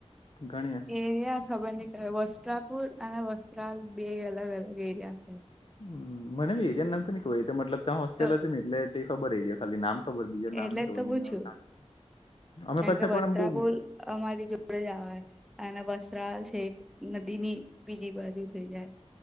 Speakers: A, on the left; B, in the centre.
A: ઘણી
B: એરિયા ખબરની એ વસ્ત્રાપુર અને વસ્ત્રાલ બે અલગ અલગ એરિયા છે.
A: હમ મને બી એરિયાનું નામ તો ની ખબર એ તો મતલબ ત્યાં હોસ્ટેલ
B: તો
A: હતી ને એટલે તે ખબર એરિયા ખાલી નામ ખબર બીજા નામ
B: એટલે
A: ની ખબર
B: તો પૂછ્યું
A: મને હવે <inaudible> અમે
B: કારણ
A: પાછા
B: કે વસ્ત્રાપુલ
A: પણ આમ બહુ
B: અમારી જો આપ જવા અનેના વસ્ત્રાલ છે નદી ની બીજી બાજુ થઈ જાય